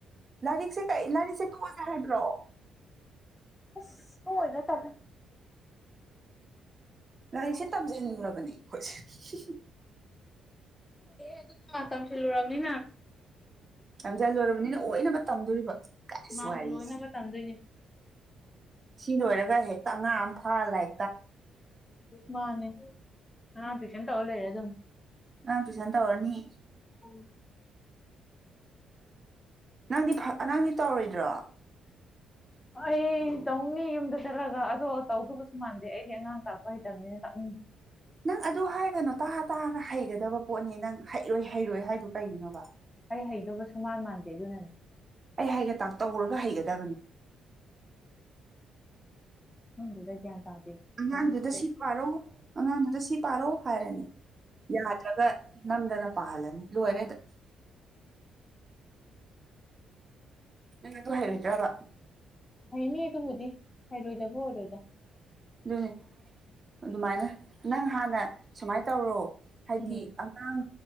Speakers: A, on the right; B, on the left.
A: ꯂꯥꯏꯔꯤꯛꯁꯦ ꯀ ꯂꯥꯏꯔꯤꯛꯁꯦ ꯇꯣꯛꯑꯁꯦ ꯍꯥꯏꯕ꯭ꯔꯣ
B: ꯑꯁ ꯍꯣꯏꯅ ꯀꯂ
A: ꯂꯥꯏꯔꯤꯛꯁꯦ ꯇꯝꯖꯟꯅꯤꯡꯉꯕꯅꯦ ꯑꯩꯈꯣꯏꯁꯦ
B: ꯂꯍꯦ ꯑꯗꯨꯅ ꯇꯝꯁꯤꯜꯂꯨꯔꯕꯅꯤꯅ
A: ꯔꯖꯥ ꯂꯣꯏꯔꯕꯅꯤꯅ ꯑꯣꯏꯅꯕ ꯇꯝꯗꯣꯔꯤꯕ ꯀꯁ
B: ꯃꯥꯒꯤ
A: ꯋꯥꯔꯤꯁꯦ
B: ꯂꯣꯏꯅꯕ ꯇꯝꯗꯣꯏꯅꯤ
A: ꯁꯤ ꯂꯣꯏꯔꯒ ꯍꯦꯛꯇ ꯑꯉꯥ ꯑꯃ ꯐꯥ ꯂꯥꯏ
B: ꯃꯥꯅꯦ ꯑ ꯇꯨꯁꯟ ꯇ ꯂꯩꯔꯦ ꯑꯗꯨ
A: ꯑ ꯇꯨꯏꯁꯟ ꯇꯧꯔꯅꯤ
B: ꯎ
A: ꯅꯪꯗꯤ ꯅꯪꯗꯤ ꯇꯧꯔꯣꯏꯗ꯭ꯔꯣ
B: ꯑꯩ ꯇꯧꯅꯤ ꯌꯨꯝꯗ ꯆꯠꯂꯒ ꯑꯗꯣ ꯇꯧꯗꯒꯁꯨ ꯃꯥꯟꯗꯦ ꯑꯩꯗꯤ ꯑꯉꯥꯡ ꯇꯥꯛꯄ ꯍꯩꯇꯕꯅꯤꯅ ꯇꯥꯛꯅꯤꯡꯁꯦ
A: ꯅꯪ ꯑꯗꯨ ꯍꯥꯏꯒꯅꯣ ꯇꯥ ꯇꯥꯑꯒ ꯍꯩꯒꯗꯕ ꯄꯣꯠꯅꯤ ꯅꯪ ꯍꯩꯔꯣꯏ ꯍꯩꯔꯣꯏ ꯍꯥꯏꯗꯨ ꯀꯩꯒꯤꯅꯣꯕ
B: ꯑꯩ ꯍꯩꯗꯧꯕꯁꯨ ꯃꯥꯟ ꯃꯥꯟꯗꯦ ꯑꯗꯨꯅꯅꯦ
A: ꯑꯩ ꯍꯩꯒꯦ ꯇꯥ ꯇꯧꯔꯒ ꯍꯩꯒꯗꯕꯅꯤ
B: ꯈꯪꯗꯦꯗꯥ ꯒꯌ꯭ꯥꯟ ꯇꯥꯗꯦ
A: ꯑꯉꯥꯡꯗꯨꯗ
B: ꯎꯝ
A: ꯁꯤ ꯄꯥꯔꯣ ꯑꯉꯥꯡꯗꯨꯗ ꯁꯤ ꯄꯥꯔꯣ ꯍꯥꯏꯔꯅꯤ ꯌꯥꯗ꯭ꯔꯒ ꯅꯝꯗꯅ ꯄꯥꯂꯅꯤ ꯂꯣꯏꯔꯦ ꯑꯗꯥ ꯌꯦ ꯇ ꯍꯥꯏꯥꯏꯔꯗ
B: ꯅꯤ ꯑꯗꯨꯕꯨꯗꯤ ꯍꯥꯏꯔꯣꯏꯗꯕꯨꯣ ꯑꯣꯏꯔꯣꯏꯗ
A: ꯑꯗꯨꯅꯦ ꯑꯗꯨꯃꯥꯏꯅ ꯅꯪ ꯍꯥꯟꯅ ꯁꯨꯃꯥꯏꯅ ꯇꯧꯔꯣ ꯍꯥꯏꯗꯤ
B: ꯎꯝ
A: ꯑꯉꯥꯡ